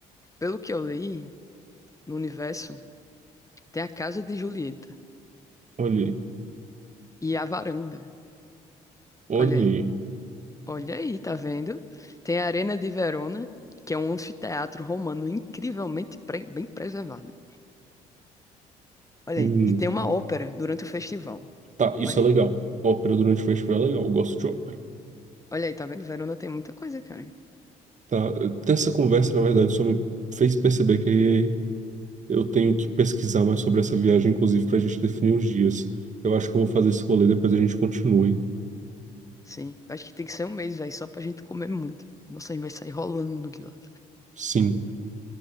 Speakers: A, on the left; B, on the right.
A: pelo que eu li no universo, tem a casa de Julieta
B: Olha aí.
A: e a varanda.
B: Olha
A: Olha aí.
B: aí.
A: Olha aí, tá vendo? Tem a Arena de Verona, que é um anfiteatro romano incrivelmente pre- bem preservado. Olha
B: Hum,
A: aí. E tem uma ópera durante o festival.
B: tá, isso
A: Olha
B: é legal.
A: aí.
B: Ópera durante o festival é legal. Eu gosto de ópera.
A: Olha aí, tá vendo? Verona tem muita coisa, cara.
B: Tá, ter essa conversa, na verdade, só me fez perceber que eu tenho que pesquisar mais sobre essa viagem, inclusive, pra gente definir os dias. Eu acho que eu vou fazer esse rolê, depois a gente continua, hein?
A: Sim. Acho que tem que ser um mês, velho, só pra gente comer muito. Nossa, a gente vai sair rolando de lá.
B: Sim.